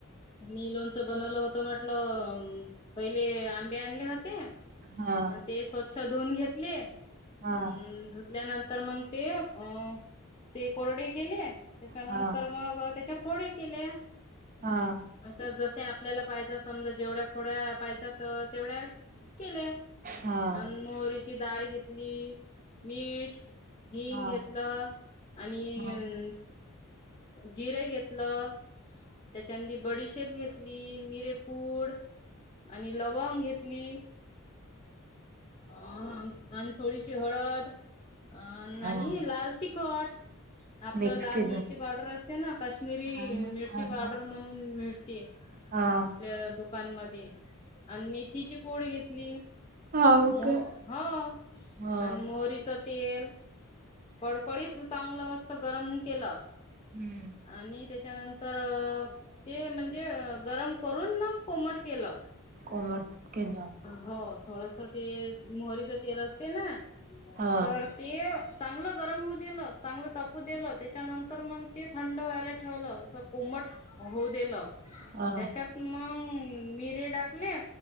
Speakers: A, on the left (about 25°); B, on the right (about 40°).
A: मी लोणचं बनवलं होत. पहिले आंबे आणले होते आणि
B: हा
A: ते स्व च्छ धुवून घेतले अम
B: हा
A: धुतल्यानंतर मग ते अ ते कोरडे केले. त्याच्यानंतर
B: हा
A: मग त्याचे फोडे केले.
B: हा
A: असं जस आपल्याला पाहिजे. जेवढ्या फोड्या पाहिजे तेवढ्या केल्या
B: हा
A: अन मोहरीची डाळ घेतली मीठ, हिंग
B: हा
A: घेतलं आणि
B: हा
A: जिरे घेतलं. त्याच्यांदी बडीशेप घेतली मिरेपूड आणि लवंग घेतली. ह आणि थोडीशी हळद अं
B: हा
A: आणि लाल तिखट आपलं
B: मिक्स
A: लाल
B: केलं
A: मिरची पावडर असते ना काश्मीरी
B: हा ना
A: मिरची
B: हा
A: पावडर
B: ना
A: म्हणून मिळ
B: हा.
A: आपल्या दुकानमध्ये आणि मेथीची पूड घेतली
B: हाव
A: मोह
B: का? हा
A: आणि मोहरीच तेल, कडकडीत चांगलं मस्त गरम केलं.
B: हम्म
A: आणि त्याच्यानंतर ते म्हणजे गरम करून मग कोमट केलं.
B: कोमट केल.
A: हो थोडस ते मोहरीच तेल असते. ना
B: हा
A: तर ते चांगलं गरम होऊ दिलं चांगलं तापू दिलं त्याच्यानंतर मग ते थंड व्हायला ठेवलं. कोमट होऊ दिलं
B: हा
A: त्याच्यात मग मिरे टाकले.